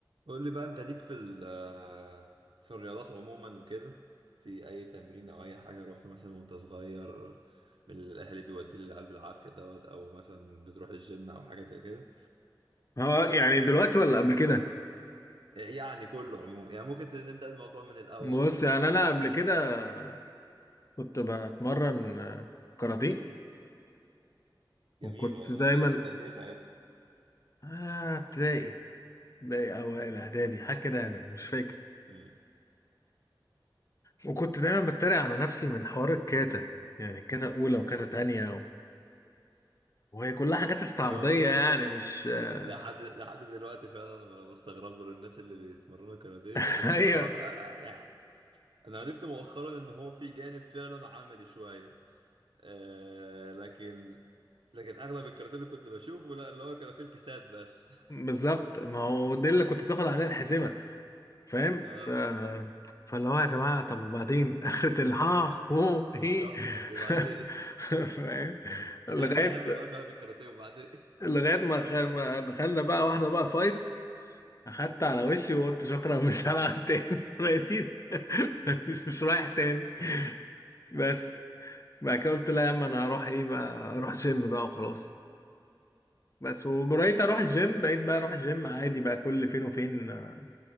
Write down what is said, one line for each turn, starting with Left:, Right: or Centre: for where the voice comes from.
Right: قول لي بقى انت ليك في ال آه، في الرياضات عموما وكده في اي تمرين او اي حاجه رحت مثلا وانت صغير من الاهل بيودي لي العيال بالعافيه دوت او مثلا بتروح الجيم او حاجه زي كده
Left: اه يعني دلوقتي ولا قبل كده
Right: يعني كله عموما يعني ممكن نبدا الموضوع من الاول
Left: بص
Right: خالص
Left: يعني انا قبل كده كنت بتمرن آه، كاراتيه وكنت
Right: جميل والله
Left: دايما
Right: ده كنت قد ايه ساعتها
Left: آه، ابتدائي ابتدائي اوائل اعدادي حاجه كده يعني مش فاكر
Right: مم.
Left: وكنت دايما بتريق على نفسي من حوار الكاتا يعني كاتا اولى وكاتا تانية و... وهي كلها حاجات استعراضيه
Right: انا الموضوع ده
Left: يعني مش آه،
Right: لحد لحد دلوقتي فعلا انا بستغرب له الناس اللي بيتمرنوا كاراتيه
Left: <laughs>
Right: لان
Left: ايوه
Right: انا اعرف أ- أ- يعني انا عرفت مؤخرا ان هو في جانب فعلا عملي شويه آه لكن لكن اغلب الكاراتيه اللي كنت بشوفه لا اللي هو كاراتيه الكتات بس
Left: بالظبط ما هو دي اللي كنت بتاخد عليها الحزمه فاهم
Right: <laughs> اه
Left: ف... فاللي هو يا جماعة طب وبعدين <laughs> آخرة الها
Right: <laughs>
Left: هو
Right: بالظبط
Left: هي
Right: وبعدين
Left: <laughs>
Right: <laughs>
Left: فاهم لغاية
Right: يعني ده اهم سؤال فعلا في الكاراتيه وبعدين
Left: لغاية ما, خ... ما دخلنا بقى واحدة بقى فايت أخدت على وشي وقلت شكرا مش هلعب تاني <laughs> ميتين <laughs> مش رايح تاني بس بعد كده قلت لا يا عم أنا هروح إيه بقى أروح جيم بقى وخلاص بس وبقيت أروح الجيم بقيت بقى أروح الجيم عادي بقى كل فين وفين آه،